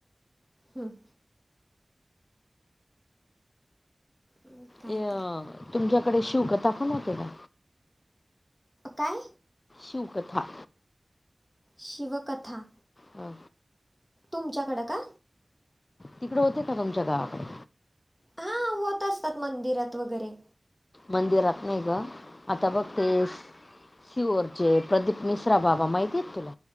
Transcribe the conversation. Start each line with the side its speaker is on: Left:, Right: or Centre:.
Centre: हम. हम काय
Left: ए अं,
Centre: तर.
Left: तुमच्याकडे शिव कथा पण होते का?
Centre: काय?
Left: शिवकथा.
Centre: शिव कथा
Left: हा.
Centre: तुमच्याकडं का?
Left: तिकडं होते का तुमच्या गावाकडे?
Centre: हां होत असतात मंदिरात वगैरे.
Left: मंदिरात नाय ग आता बघ तेस टीव्हीवरचे प्रदीप मिश्रा बाबा माहिती येत तुला?